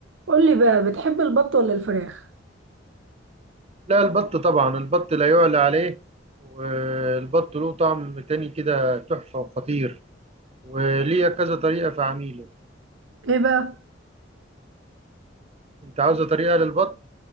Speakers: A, on the right; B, on the right.
A: قولي بقى بتحب البط ولا الفراخ
B: لا البط طبعا البط لا يعلى عليه والبط له طعم تاني كده تحفة وخطير وليه كذا طريقة في عميله
A: ايه بقى
B: انت عاوزة طريقة للبط